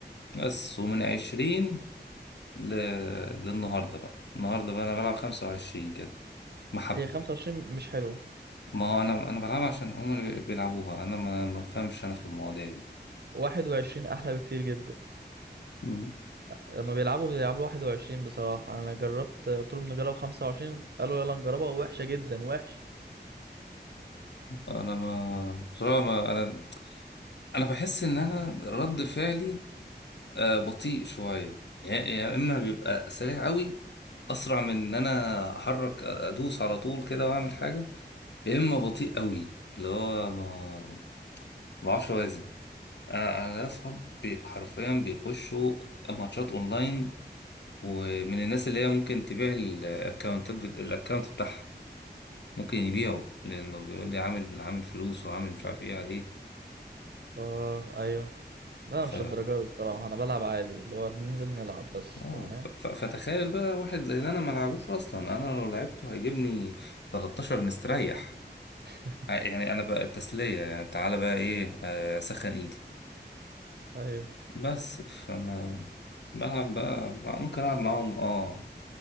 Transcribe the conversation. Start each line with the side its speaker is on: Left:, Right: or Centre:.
Left: بس ومن 20 ل... للنهارده بقى النهارده بقى انا بلعب 25 كده محبة
Right: هي 25 مش حلوه
Left: ما هو انا انا بلعبها عشان هم اللي بي- بيلعبوها انا ما ما بفهمش انا في المواضيع دي
Right: 21 احلى بكتير جدا
Left: مم.
Right: لما بيلعبوا بيلعبوا 21 بصراحة أنا جربت قلت لهم نجرب 25 قالوا يلا نجربها وحشة جدا وحش
Left: انا ما بصراحة ما انا انا بحس ان انا رد فعلي آه، بطيء شوية يعني يا اما بيبقى سريع قوي اسرع من ان انا احرك ادوس على طول كده واعمل حاجة يا اما بطيء قوي اللي هو ما ما بعرفش اوازن انا انا ليا اصحاب بي- حرفيا بيخشوا ماتشات اونلاين ومن الناس اللي هي ممكن تبيع الاكونتات بت... الاكونت بتاعها ممكن يبيعه لانه بيقول لي عامل عامل فلوس وعامل مش عارف ايه عليه
Right: آه أيوه لا أنا
Left: ف
Right: مش الدرجات دي بصراحة أنا بلعب عادي اللي هو بننزل نلعب بس
Left: اه
Right: تمام
Left: ف... ف... فتخيل بقى واحد زي ده انا ما لعبوش اصلا انا لو لعبته هيجيبني 13 مستريح
Right: <laughs>
Left: ع- يعني انا بقى التسلية يعني تعالى بقى ايه آه، اسخن ايدي
Right: أيوه
Left: بس فما بلعب بقى ممكن العب معاهم اه